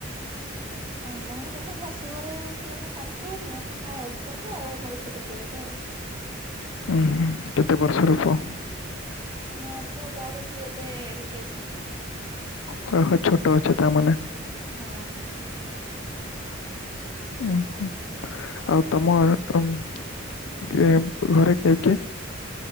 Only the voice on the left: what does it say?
ଉହୁଁ କେତେ ବର୍ଷର ପୁଅ?
ହଁ ହଁ ଛୋଟ ଅଛ ତା ମାନେ।
ହୁଁ, ହୁଁ, ଆଉ ତମ <unintelligible> ଆଡ଼େ। <unintelligible> ଘରେ କିଏ କିଏ?